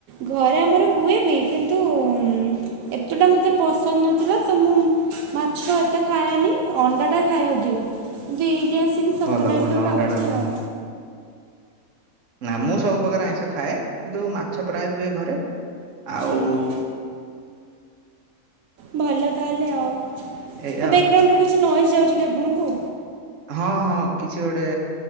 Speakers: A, on the right; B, on the right.
A: ଘରେ ଆମର ହୁଏ ବି। କିନ୍ତୁ ଉଁ, ଏତେଟା ମୋତେ ପସନ୍ଦ ନଥିଲା। ତ ମୁଁ ମାଛ ଏତେ ଖାଏନି। ଅଣ୍ଡାଟା ଖାଏ ଅଧିକ। କିନ୍ତୁ ଏଇଠି ଆସିକି ସବୁ
B: ଭଲ
A: ଟାଇପ୍
B: ଭଲ
A: ର
B: ଅଣ୍ଡା
A: ଖାଉଛି
B: ଟା ଭଲ।
A: ଆଉ।
B: ନା ମୁଁ ସବୁ ପ୍ରକାର ଆଇଁଷ ଖାଏ। କିନ୍ତୁ ମାଛ ପ୍ରାୟ ହୁଏ ଘରେ। ଆଉ
A: ଉଁ ହୁଁ ଭଲ ତାହେଲେ ଆଉ। ବ୍ୟାଗ୍
B: ଏଇଆ ଆଉ।
A: ଗ୍ରାଉଣ୍ଡରୁ କିଛି ନଏଜ୍ ଯାଉଛି କି ଆପଣଙ୍କୁ?
B: ହଁ, ହଁ କିଛି ଗୋଟେ